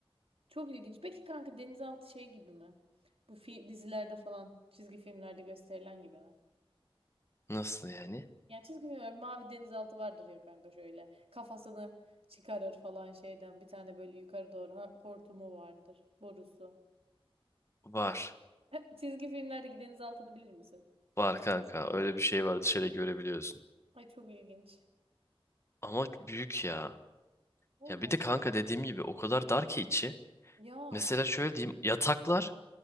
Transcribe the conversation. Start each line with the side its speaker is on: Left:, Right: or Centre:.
Right: Çok ilginç. Peki kanka denizaltı şey gibi mi? Bu fi dizilerde falan, çizgi filmlerde gösterilen gibi mi?
Left: Nasıl yani?
Right: Yani çizgi filmler bir mavi denizaltı vardır ya kanka şöyle. Kafasını çıkarır falan şeyden. Bir tane böyle yukarı doğru ha- hortumu vardır. Borusu.
Left: Var.
Right: <laughs> Çizgi filmlerdeki denizaltını bilir misin?
Left: Var kanka öyle bir şey var dışarı görebiliyorsun.
Right: Ay çok ilginç.
Left: Ama büyük ya.
Right: Allah
Left: Ya bir
Right: Allah.
Left: de kanka dediğim gibi o kadar dar ki içi.
Right: Ya.
Left: Mesela şöyle diyeyim yataklar